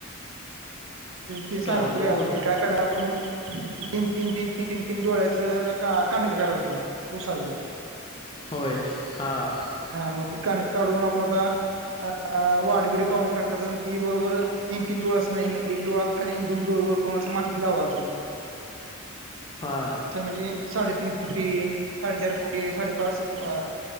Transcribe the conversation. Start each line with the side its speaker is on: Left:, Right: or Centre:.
Right: ते
Left: काय
Right: सांगतो
Left: बोलतो
Right: घे
Left: बोल
Right: ते काय आपण तीन तीन तीन तीन तीन तीन डोळ्याचं का काडंक करायच ऊसाचं
Left: होय हां.
Right: हा मग त काडंक काढून आपण आता अ वाड बिडे काढून टाकायचं आणि ती बरोबर तीन तीन डोळसं नाही एक डोळा खालील दोन डोळे वर करून अस मातीत लावायचं.
Left: हा
Right: समजे साडे तीन पुटी साडे चार पुटी साडे पाच अ